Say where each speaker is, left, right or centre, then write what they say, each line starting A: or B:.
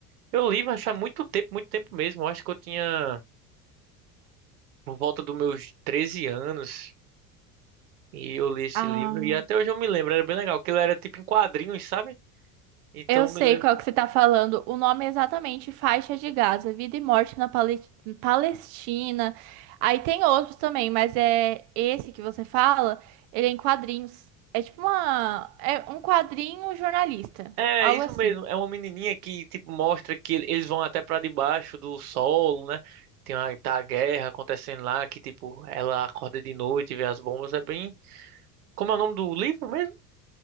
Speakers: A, on the right; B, on the right.
A: Eu li, mas faz muito tempo, muito tempo mesmo. Eu acho que eu tinha por volta dos meus 13 anos e eu li esse
B: Ah,
A: livro e até hoje eu me lembro, era bem legal, porque ele era tipo em quadrinhos, sabe? Então
B: eu sei
A: me lembro
B: qual que você tá falando. O nome é exatamente Faixa de Gaza, Vida e Morte na Pale- Palestina. Aí tem outros também, mas é esse que você fala, ele é em quadrinhos. É tipo uma, é um quadrinho jornalista,
A: É,
B: algo
A: isso
B: assim.
A: mesmo. É uma menininha que, tipo, mostra que ele- eles vão até pra debaixo do solo, né? Tem uma, tá a guerra acontecendo lá, que, tipo, ela acorda de noite e vê as bombas. É bem... Como é o nome do livro mesmo?